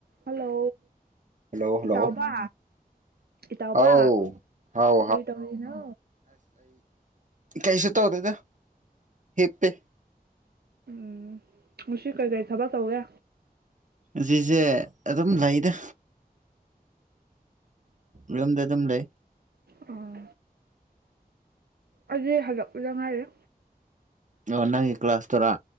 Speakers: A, on the right; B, on the right.
A: hello
B: hello hello
A: ꯏꯇꯥꯎꯕ ꯏꯇꯥꯎꯕ
B: ꯍꯥꯎ ꯍꯥꯎ
A: ꯀꯔꯤ ꯇꯧꯔꯤꯅꯣ
B: ꯀꯩ ꯁ ꯇꯗꯗ ꯍꯦ ꯄꯦ
A: ꯎꯝ ꯃꯁꯛ ꯀꯩ ꯀꯩ ꯊꯕꯛ ꯇꯧꯒꯦ
B: ꯖꯤꯁꯦ ꯑꯗꯨꯝ ꯂꯩꯗ ꯌꯨꯝꯗ ꯑꯗꯨꯝ ꯂꯩ
A: ꯑꯣ ꯑꯗꯨ ꯍꯜꯂꯛꯄꯗ ꯉꯥꯏꯔꯦ
B: ꯑꯣ ꯅꯪ ꯀ꯭ꯂꯥꯁ ꯇꯣꯔꯥ